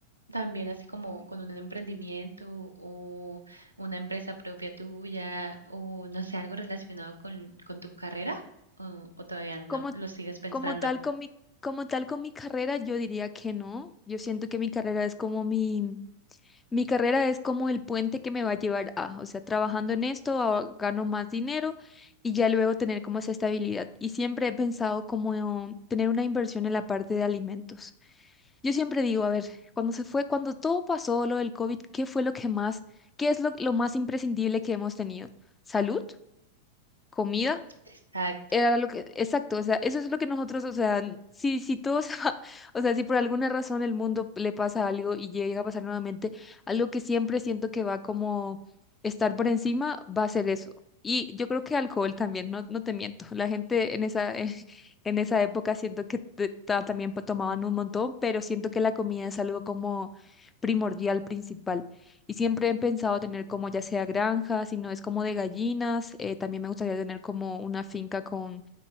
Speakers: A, on the right (about 85°); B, on the left (about 15°).
A: también así como con un emprendimiento o una empresa propia tuya o no sé, algo relacionado con, con tu carrera? ¿O, o todavía
B: Como,
A: no? ¿Lo sigues pensando?
B: como tal con mi, como tal con mi carrera, yo diría que no. Yo siento que mi carrera es como mi, mi carrera es como el puente que me va a llevar a, o sea, trabajando en esto, a- gano más dinero y ya luego tener como esa estabilidad. Y siempre he pensado como tener una inversión en la parte de alimentos. Yo siempre digo, a ver, cuando se fue, cuando todo pasó, lo del COVID, ¿qué fue lo que más, qué es lo, lo más imprescindible que hemos tenido? ¿Salud? ¿Comida?
A: Exacto.
B: Era lo que, exacto, o sea, eso es lo que nosotros, o sea, n- si, si todos, <laughs> o sea, si por alguna razón el mundo le pasa algo y llega a pasar nuevamente, algo que siempre siento que va como estar por encima, va a ser eso. Y yo creo que alcohol también, no, no te miento. La gente en esa, <laughs> en esa época siento que te- ta- también po- tomaban un montón, pero siento que la comida es algo como primordial, principal. Y siempre he pensado tener como ya sea granja, si no es como de gallinas, eh, también me gustaría tener como una finca con,